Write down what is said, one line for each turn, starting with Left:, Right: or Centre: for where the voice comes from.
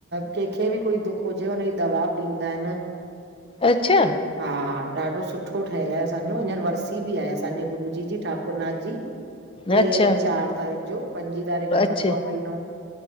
Right: केंखे बि कोई दुख हुजे जे हुनजी दवा बी ॾींदा आइन।
Left: अच्छा!
Right: हा, ॾाढो सुठो ठहयल आहे असांजो, हींअर वर्सी बी आहे असांजे गुरुजी जी। ठाकुर नाथ जी, टे
Left: अच्छा
Right: ऐं चार तारीख़ जो, पंजी तारीक
Left: अच्छा
Right: पलो पईनो।